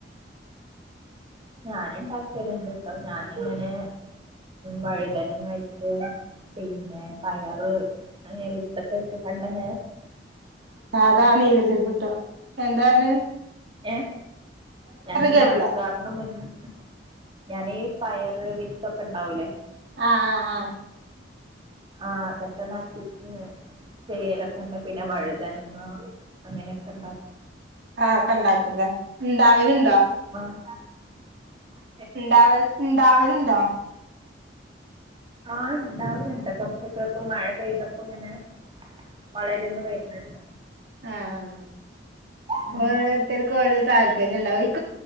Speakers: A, on the right; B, on the right.
A: ഞാന ഉണ്ടാക്കലുണ്ട് കേട്ടോ ഞാനിങ്ങനെ വഴുതനങ്ങായിട്ട് പിന്നെ പയറ് അങ്ങനെ വിത്തൊക്കെ ഇട്ട കണ്ട-
B: സാധാരണ ഇങ്ങനെ ചെരുപ്പ് ഇട്ടോ എന്താരന്ന്
A: ഏ ഞാനീ
B: കേട്ടില്ല
A: മഴക്കാറിന് മുൻപ് ഞാനീ പയറ്, വിത്തൊക്കെ ഉണ്ടാവലേ
B: ആഹ ആഹ് ആഹ
A: ആഹ്തത്തമാട്ട <unintelligible> ചെയ്യലൊക്കെ ഉണ്ട് പിന്നെ വഴുതനങ്ങ് അങ്ങനെയൊക്കെ ഇണ്ടാക്കും
B: ആഒക്കെ ഉണ്ടാക്കും ഇല്ലേ ഇണ്ടാവലുണ്ടോ
A: അ
B: ഉണ്ടാവൽ ഉണ്ടാവലുണ്ടാവും
A: ആഹ ഉണ്ടാവലുണ്ട് കൊറച്ചൊക്കെ ഇപ്പ മഴ പെയതപ്പ ഇങ്ങനെ- വളരുന്നു വരുന്നുണ്ട്
B: ആഹ
A: ഉം
B: ഓരോരുത്തർക്കും ഓരോ താല്പര്യം ഉണ്ടാവും